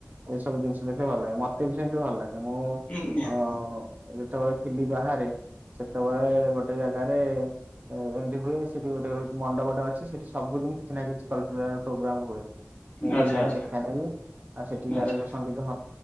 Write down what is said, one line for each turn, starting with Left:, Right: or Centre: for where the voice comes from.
Right: ଏସବୁ ଜିନିଷ ଦେ ମତେ ଭଲ ଲାଗେ। ମତେ ବି ସେମତି ଭଲ ଲାଗେ। ମୁଁ
Left: ନିହାତି ନିହାତି
Right: ଅ ଯେତେବେଳେ ଥିଲି ବାହାରେ ସେତେବେଳେ ଗୋଟେ ଜାଗାରେ ଏମିତି ହୁଏ। ସେଠି ଗୋଟେ ମଣ୍ଡପଟେ ଅଛି, ସେଠି ସବୁଦିନ କିଛି ନା କିଛି କଲ୍ଚରାଲ୍ ପ୍ରୋଗ୍ରାମ ହୁଏ। ମୁଁ
Left: ଆଚ୍ଛା
Right: ବି ଯାଏ
Left: ଆଚ୍ଛା
Right: ଦେଖିବା ନାଗି, ଆଉ ସେଠି ଯ
Left: ଆଚ୍ଛା
Right: ଯୋଉ ସଙ୍ଗୀତ